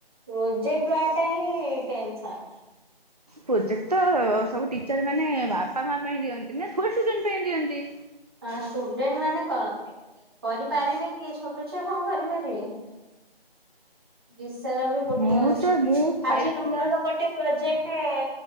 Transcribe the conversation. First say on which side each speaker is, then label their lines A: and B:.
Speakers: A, on the right (about 25°); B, on the right (about 40°).
A: ପ୍ରୋଜେକଟ ୱାରକ୍ ଟା ହିଁ। ଟେନସନ।
B: ପ୍ରୋଜେକ୍ଟ ତ ସବୁ ଟିଚର ମାନେ ବା ବାପା ମା ପାଇଁ ଦିଅନ୍ତି ନା ଥୋଡି ଷ୍ଟୁଡେନ ପାଇଁ ଦିଅନ୍ତି।
A: ହଁ ଷ୍ଟୁଡେଣ୍ଟ ମାନେ କରନ୍ତିନି। କରିପାରିବେନି ଛୋଟ ଛୁଆ କଣ କରିପାରିବେ। ବିଷୟ ବି ଗୋଟେ
B: ମୁଁ
A: ଅଛି
B: ତ ମୁଁ ଫାଇଭ୍
A: ଆଜି ବାବୁର
B: କ୍ଲାସ
A: ଗୋଟେ ପ୍ରୋଜେକ୍ଟ ରେ